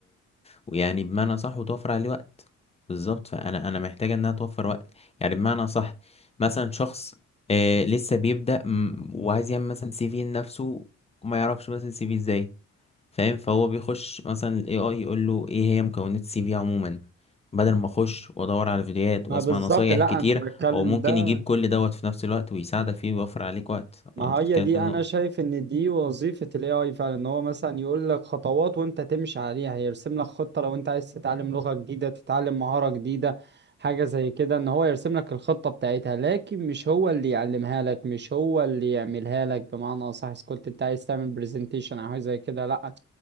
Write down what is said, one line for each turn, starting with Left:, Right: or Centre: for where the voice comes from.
Left: ويعني بمعنى صح وتوفر عليه وقت بالظبط فأنا أنا محتاجة إنها توفر وقت يعني بمعنى صح مثلا شخص آه لسه بيبدأ م- وعايز يعمل مثلا سي في لنفسه وما يعرفش مثلا سي في ازاي فاهم فهو بيخش مثلا ال AI يقول له ايه هي مكونات السي في عموما بدل ما اخش وادور على فيديوهات واسمع
Right: ما بالظبط
Left: نصايح
Right: لا
Left: كتير
Right: انا بتكلم
Left: هو ممكن
Right: ده
Left: يجيب كل دوت في نفس الوقت ويساعدك فيه ويوفر عليك وقت
Right: ما
Left: انت بتتكلم
Right: هي دي
Left: في النقطة
Right: انا شايف ان دي وظيفة الاي اي فعلا ان هو مثلا يقول لك خطوات وانت تمشي عليها يرسم لك خطة لو انت عايز تتعلم لغة جديدة تتعلم مهارة جديدة حاجة زي كده ان هو يرسم لك الخطة بتاعتها لكن مش هو اللي يعلمها لك مش هو اللي يعملها لك بمعنى اصح إذا كنت انت عايز تعمل برزنتيشن او حاجة زي كده لا